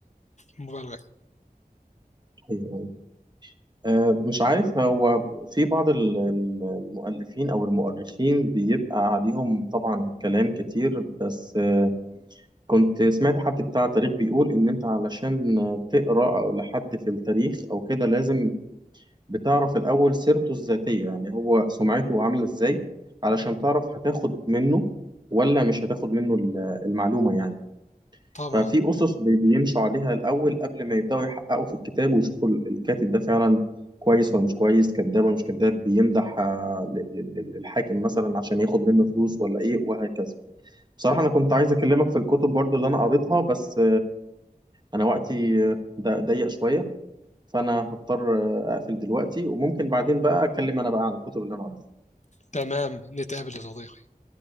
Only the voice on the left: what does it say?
المبالغة
طبعا
تمام نتقابل يا صديقي